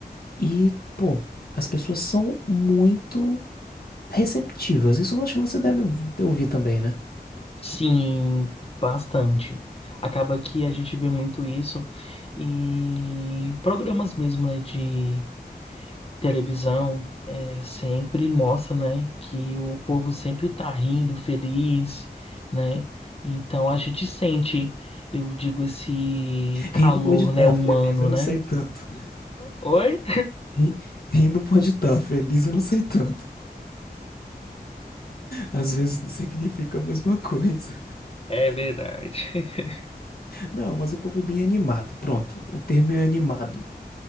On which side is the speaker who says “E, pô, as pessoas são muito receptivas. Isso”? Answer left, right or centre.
Left